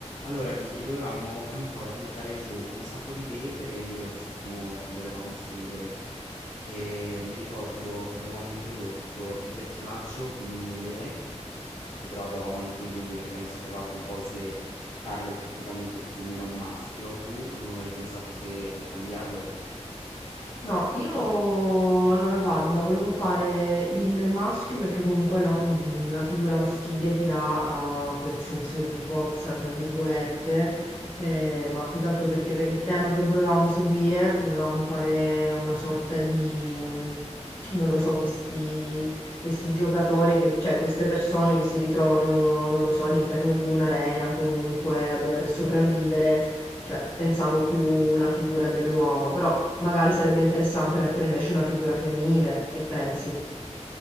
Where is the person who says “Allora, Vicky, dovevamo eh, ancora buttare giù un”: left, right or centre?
Left